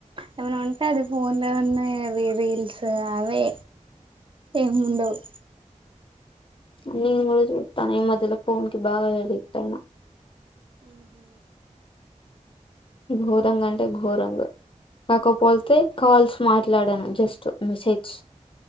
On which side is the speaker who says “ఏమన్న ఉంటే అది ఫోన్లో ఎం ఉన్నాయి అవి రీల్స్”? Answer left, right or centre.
Right